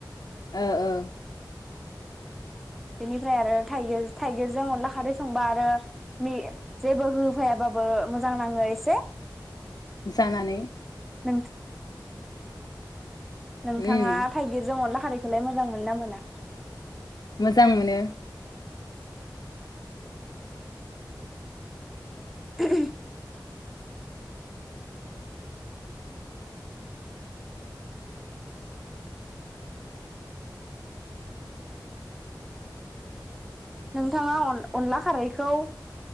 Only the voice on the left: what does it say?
औ औ
जानानै
उम
मोजां मोनो